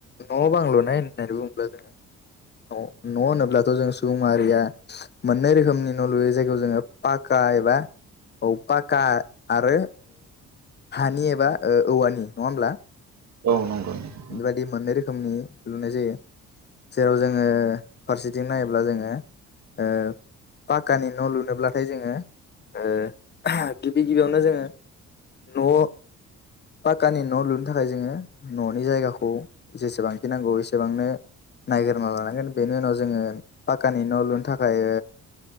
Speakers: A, on the left; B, on the right.
A: न' बां लुनाय होननानै बुङोब्ला जोङो न' होनोब्लाथ' जों सुबुं मारिया मोननै रोखोमनि न' लुयोै जायगायाव जोङो पाक्का एबा औ पक्का आरो हानि एबा औवानि नङा होमब्ला।
B: औ नंगौ नं
A: बेबायाददि मोननै रोखोमनि लुनाय जायो। जेराव जोङो फारसेथिं नायोब्ला जोङो ओ पाक्कानि न' लुनोब्लाथाय जोङो ओ गिबि गिबियावनो जोङो न' पाकानि न' लुनो थाखाय जोङो न' जायगाखौ जेसेबांखि नांगौ एसेबांनो नायगिरना लानांगोन बेनि उनाव जोङो पाक्कानि न' लुनो थाखाय